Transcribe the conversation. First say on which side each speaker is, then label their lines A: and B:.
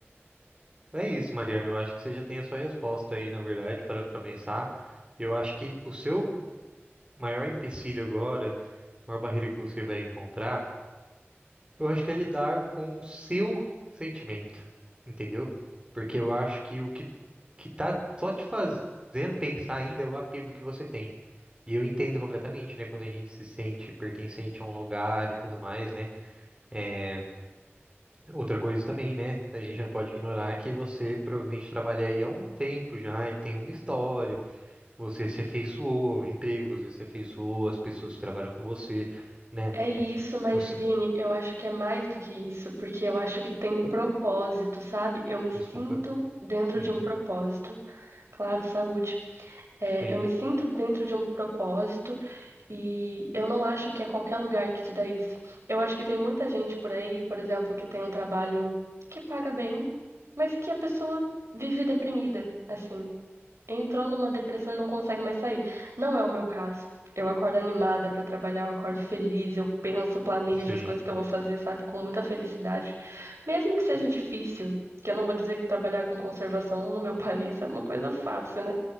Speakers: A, on the right (about 25°); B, on the right (about 90°).
A: É isso, Mariana. Eu acho que você já tem a sua resposta aí, na verdade, parando para pensar. Eu acho que o seu maior empecilho agora, a maior barreira que você vai encontrar, eu acho que é lidar com o seu sentimento, entendeu? Porque eu acho que o que, que tá só te fazendo pensar ainda é o apego que você tem. E eu entendo completamente, né? Quando a gente se sente pertencente a um lugar e tudo mais, né? É, Outra coisa também, né? A gente não pode ignorar que você provavelmente trabalha aí há um tempo já e tem uma história. Você se afeiçoou ao emprego, você se afeiçoou às pessoas que trabalham com você, né?
B: É isso, mas
A: Você,
B: Vini, eu acho que é mais do que isso, porque eu acho que tem propósito, sabe? Eu me sinto
A: desculpa.
B: dentro
A: Uhum.
B: de um propósito, claro, saúde. É,
A: Sim,
B: eu me sinto dentro de um propósito e eu não acho que é qualquer lugar que te dá isso. Eu acho que tem muita gente por aí, por exemplo, que tem um trabalho que paga bem, mas que a pessoa vive deprimida, assim. entrou numa depressão e não consegue mais sair. Não é o meu caso. Eu acordo animada pra trabalhar, eu acordo feliz, eu penso, planejo
A: sim,
B: as coisas que eu vou fazer, sabe, com muita felicidade. Mesmo que seja difícil, que eu não vou dizer que trabalhar com conservação no meu <laughs> país é uma coisa fácil, né?